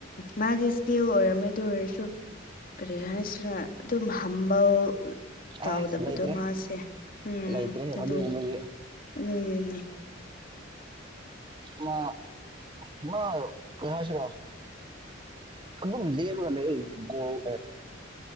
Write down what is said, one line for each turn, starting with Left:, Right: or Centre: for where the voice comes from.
Left: ꯃꯥꯗꯤ ꯏꯁꯀꯤꯜ ꯑꯣꯏꯔꯝꯃꯦꯗ ꯑꯣꯏꯔꯁꯨ ꯄꯔꯤꯌꯥꯁꯤꯅ ꯑꯗꯨꯝ ꯍꯝꯕꯥꯎ ꯇꯥꯎꯗꯕꯗꯣ
Right: ꯑꯁ ꯂꯩꯇ꯭ꯔꯦ
Left: ꯃꯥꯁꯦ ꯎꯝ
Right: ꯂꯩꯇ꯭ꯔꯦ
Left: ꯑꯗꯨꯅꯤ
Right: ꯑꯗꯨꯒꯨꯝꯕꯗꯤ
Left: ꯑꯗꯨꯒꯤꯅꯤ
Right: ꯃꯥ ꯃ ꯀꯁꯤ꯭ꯔꯣ ꯑꯗꯨꯝ ꯂꯦꯜꯂꯒ ꯂꯩꯌꯦ ꯒꯣꯜ